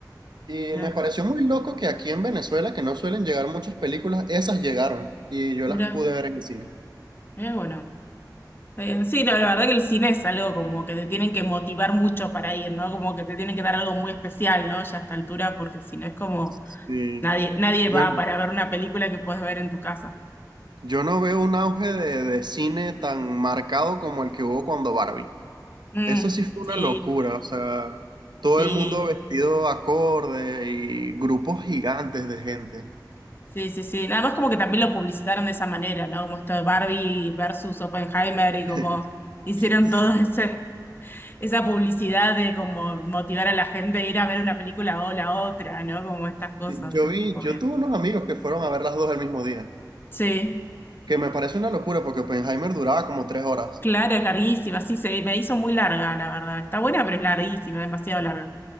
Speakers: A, on the right; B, on the left.
A: Y
B: Mirá,
A: me pareció muy loco que aquí en Venezuela, que no suelen llegar muchas películas, esas llegaron y yo
B: mirá,
A: las pude ver en el cine.
B: mirá, bueno. Eh, sí, la, la verdad que el cine es algo como que te tienen que motivar mucho para ir, ¿no? Como que te tienen que dar algo muy especial, ¿no? Ya a esta altura, porque si no es como
A: Sí.
B: nadie, nadie
A: Yo,
B: va para ver una película que puedes ver en tu casa.
A: yo no veo un auge de, de cine tan marcado como el que hubo cuando Barbie.
B: Mm,
A: Eso sí fue
B: sí,
A: una locura, o sea, todo
B: sí.
A: el mundo vestido acorde y grupos gigantes de gente.
B: Sí, sí, sí. Nada más como que también lo publicitaron de esa manera, ¿no? Como esto de Barbie versus Oppenheimer y como
A: <laughs>
B: hicieron
A: Sí.
B: todo <laughs> ese, esa publicidad de como motivar a la gente a ir a ver una película o la otra, ¿no? Como estas cosas.
A: Yo
B: Sí,
A: vi,
B: obvio.
A: yo tuve unos amigos que fueron a ver las dos el mismo día,
B: Sí,
A: que me parece una locura porque Oppenheimer duraba como tres horas.
B: claro, es larguísima. Sí, se me hizo muy larga, la verdad. Está buena, pero es larguísima, demasiado larga.